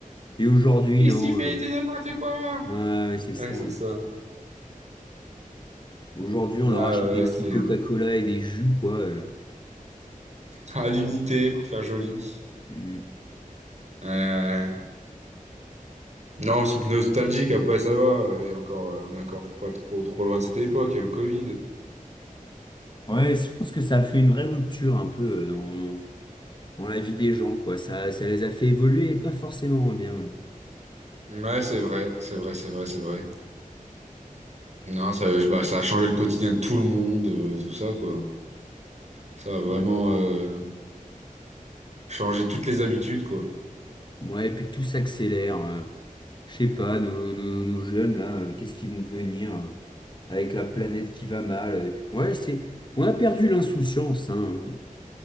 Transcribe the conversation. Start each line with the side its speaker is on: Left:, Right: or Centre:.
Left: Et aujourd'hui,
Right: Qu'est-ce
Left: non.
Right: qu'il fait?
Left: euh,
Right: C'est n'importe quoi!
Left: ouais, ouais, c'est ça.
Right: Ouais, c'est ça.
Left: Aujourd'hui, on
Right: Ah
Left: leur achète
Right: ouais,
Left: des petits
Right: c'est
Left: Coca-Cola et des jus, quoi. euh.
Right: à l'unité pour faire joli.
Left: Mm.
Right: Euh, Non, ce truc nostalgique, après ça va. Et encore, euh, on est encore pas trop trop loin de cette époque, il y a le Covid.
Left: Ouais, je pense que ça a fait une vraie rupture un peu euh, dans, dans la vie des gens, quoi. Ça, ça les a fait évoluer et pas forcément en bien.
Right: Ouais, c'est vrai, c'est vrai, c'est vrai, c'est vrai. Non, ça, je- bah, ça a changé le quotidien de tout le monde, euh, tout ça, quoi. Ça a vraiment
Left: Ouais,
Right: euh, changé toutes les habitudes, quoi.
Left: Ouais, et puis tout s'accélère. euh, je sais pas, nos, nos- nos jeunes, là, euh, qu'est-ce qu'ils vont devenir euh, avec la planète qui va mal. euh. Ouais, c'est, on a perdu l'insouciance, hein.